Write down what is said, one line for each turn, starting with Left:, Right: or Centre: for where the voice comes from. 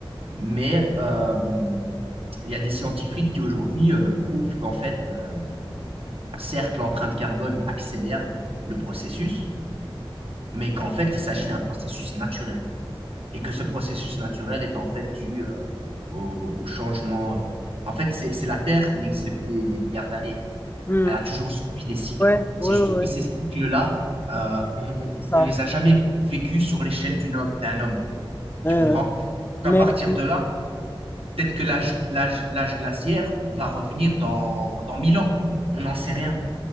Right: Mais euh, il y a des scientifiques qui aujourd'hui euh, prouvent qu'en fait, euh, certes, l'empreinte carbone accélère le processus, mais qu'en fait, il s'agit d'un processus naturel et que ce processus naturel est en fait dû euh, au, au changement. euh. En fait, c'est c'est la Terre, elle existe depuis des, des milliards d'années.
Left: Hmm.
Right: Elle a toujours subi des cycles.
Left: ouais ouais
Right: C'est juste
Left: ouais
Right: que ces cycles-là, euh, on, on-
Left: c'est ça
Right: on les a jamais vécus sur l'échelle d'une homme- d'un homme.
Left: Hein,
Right: Tu comprends?
Left: hein.
Right: Qu'à
Left: mais
Right: partir de là, peut-être que l'âge, l'âge, l'âge glaciaire va revenir dans, dans 1000 ans. On n'en sait rien.